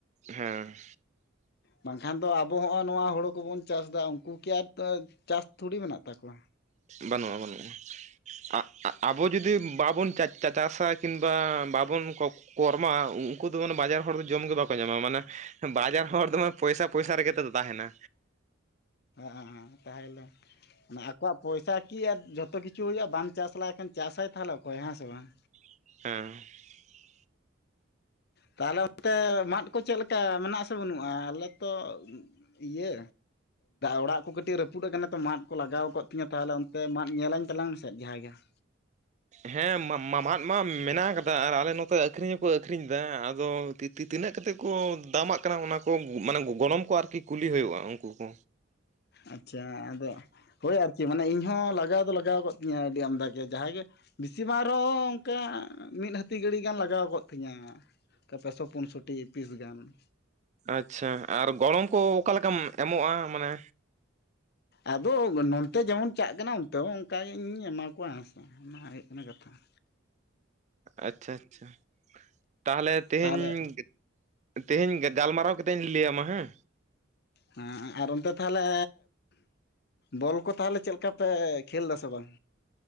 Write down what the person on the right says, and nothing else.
ᱦᱮᱸ᱾
ᱵᱟᱹᱱᱩᱜᱼᱟ, ᱵᱟᱹᱱᱩᱜᱼᱟ, ᱟᱜ ᱟᱵᱚ ᱡᱩᱫᱤ ᱵᱟᱵᱚᱱ ᱪᱟᱪ ᱪᱟ ᱪᱟᱥᱟ ᱠᱤᱱᱵᱟ ᱵᱟᱵᱚᱱ ᱠᱚ ᱠᱚᱨᱢᱟᱣ ᱩᱸᱩᱝᱠᱩ ᱫᱚ ᱢᱟᱱᱮ ᱵᱟᱡᱟᱨ ᱦᱚᱲ ᱫᱚ ᱡᱚᱢᱜᱮ ᱵᱟᱠᱚ ᱧᱟᱢᱟ, ᱢᱟᱱᱮ ᱵᱟᱡᱟᱨ ᱦᱚᱲ ᱫᱚ ᱢᱟᱱᱮ ᱯᱚᱭᱥᱟ ᱯᱚᱭᱥᱟ ᱨᱮᱜᱮ ᱛᱮᱫᱚ ᱫᱚ ᱛᱟᱦᱮᱱᱟ᱾
ᱦᱩᱸ ᱾
ᱦᱮᱸ ᱢᱟ ᱢᱟᱫᱽ ᱢᱟ ᱢᱮᱱᱟᱜ ᱟᱠᱟᱫᱟ ᱟᱨ ᱟᱞᱮ ᱱᱚᱛᱮ ᱟᱠᱷᱨᱤᱧ ᱦᱚᱸᱠᱚ ᱟᱠᱷᱨᱤᱧ ᱮᱫᱟ, ᱟᱫᱚ ᱛᱤ ᱛᱤ ᱛᱤᱱᱟᱹᱜ ᱠᱟᱛᱮᱫ ᱠᱚ ᱫᱟᱢᱟᱜ ᱠᱟᱱᱟ ᱚᱱᱟ ᱠᱚ ᱢᱟᱱᱮ ᱜᱚ ᱜᱚᱱᱚᱝ ᱠᱚ ᱟᱨᱠᱤ ᱠᱩᱞᱤ ᱦᱩᱭᱩᱜᱼᱟ ᱩᱱᱠᱩ ᱠᱚ?
ᱟᱪᱪᱷᱟ ᱟᱨ ᱜᱚᱱᱚᱝ ᱠᱚ ᱚᱠᱟ ᱞᱮᱠᱟᱢ ᱮᱢᱚᱜᱼᱟ ᱢᱟᱱᱮ
ᱟᱪᱪᱷᱟ ᱟᱪᱪᱷᱟ, ᱛᱟᱦᱚᱞᱮ ᱛᱮᱦᱤᱧ
ᱛᱮᱦᱮᱧ ᱜᱟᱞᱢᱟᱨᱟᱣ ᱠᱟᱛᱮ ᱤᱧ ᱞᱟᱹᱭ ᱟᱢᱟ ᱦᱮᱸ ᱾